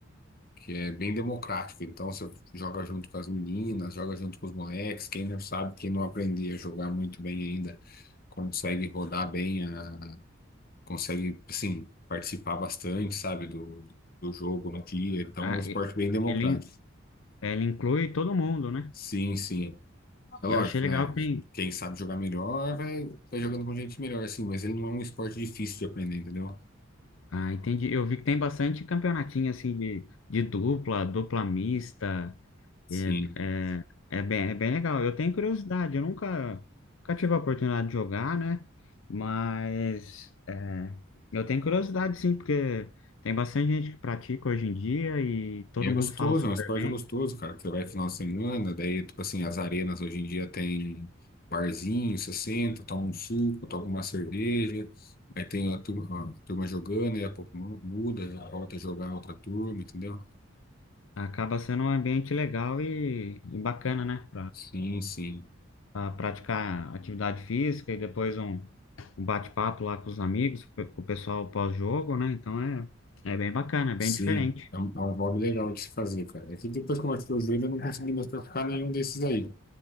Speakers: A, on the left (about 45°); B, on the left (about 75°).
A: que é bem democrático. Então você joga junto com as meninas, joga junto com os moleques. Quem não sabe, quem não aprende a jogar muito bem ainda, consegue rodar bem, a- consegue, assim, participar bastante, sabe, do, do jogo no dia. Então
B: a-
A: é um esporte bem democrático.
B: ele, Ela inclui todo mundo, né?
A: Sim, sim. É
B: Eu
A: lógico,
B: achei legal
A: né?
B: que tem.
A: Quem sabe jogar melhor vai, vai jogando com gente melhor, assim, mas ele não é um esporte difícil de aprender, entendeu?
B: Ah, entendi. Eu vi que tem bastante campeonatinho assim de, de dupla, dupla mista.
A: Sim.
B: É, é, é bem, é bem legal. Eu tenho curiosidade, eu nunca, nunca tive a oportunidade de jogar, né? Mas é, eu tenho curiosidade, sim, porque tem bastante gente que pratica hoje em dia e todo
A: E é gostoso,
B: mundo fala super
A: é um esporte
B: bem.
A: gostoso, cara, que você vai final de semana, daí, tipo assim, as arenas hoje em dia tem barzinho, você senta, toma um suco, toma uma cerveja, aí tem a turma, a turma jogando, e a pouco mu- muda, já volta a jogar outra turma, entendeu?
B: Acaba sendo um ambiente legal e, e bacana, né?
A: Sim, sim,
B: a praticar atividade física e depois um, um bate-papo lá com os amigos, com o pessoal pós-jogo, né? Então é, é bem bacana, é bem
A: sim,
B: diferente.
A: é um, é um hobby legal de se fazer, cara. É que depois que eu machuquei o joelho, eu não consegui mais praticar nenhum desses aí,